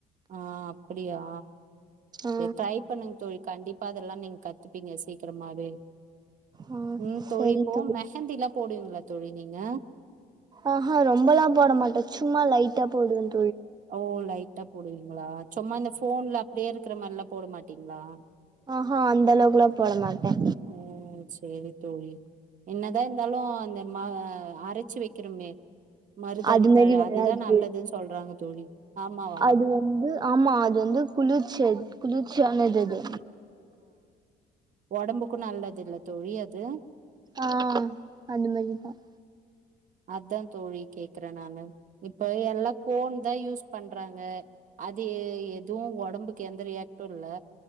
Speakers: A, on the right; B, on the right.
A: ஆ அப்புடியா
B: ஆ
A: சேர் ட்ரை பண்ணுங் தோழி கண்டிப்பா அதல்லா நீங் கத்துப்பீங்க சீக்கிரமாவே
B: ஆ
A: ம் தோழிப்போ
B: சரி தோழி
A: மெஹந்திலா போடுவீங்ளா தோழி நீங்க
B: ஆஹா ரொம்பலா போட மாட்ட சும்மா லைட்டா போடுவன்
A: ஓ லைட்டா போடுவீங்ளா சொம்மா இந்த போன்ல அப்டியே இருக்கிற மார்ல்லா போட மாட்டீங்ளா
B: ஆஹு அந்த அளவுக்லா போடமாட்ட
A: ஓ சேரி தோழி என்னதா இர்ந்தாலு அந்த மாவ அரைச்சு வைக்கிறமே மருதாணி
B: அது மாரி
A: தழ
B: வராது
A: அதுதா நல்லதுன்னு சொல்றாங்க தோழி ஆமாவா
B: அது வந்து ஆமா அது வந்து குளிர்ச்ச குளிர்ச்சியானது அது
A: உடம்புக்கும் நல்லது இல்ல தோழி அது
B: ஆஹ் அந்த மாதிரிதான்
A: அதான் தோழி கேக்குறேன் நானு இப்ப எல்லா போன் யூஸ் பண்றங்க அது எதுவும் உடம்புக்கு எந்த ரியாக்ட்டும் இல்ல